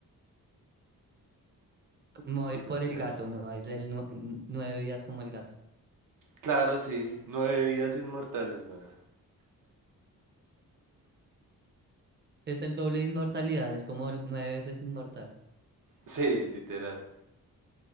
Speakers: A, on the right; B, on the right.
A: me voy
B: ¿Tú
A: a ir
B: qué
A: por
B: crees?
A: el gato, me va a ir el nue- n- nueve días como el gato.
B: Claro, sí. Nueve vidas inmortales, güey.
A: Es el doble de inmortalidad, es como el nueve veces inmortal.
B: Sí, literal.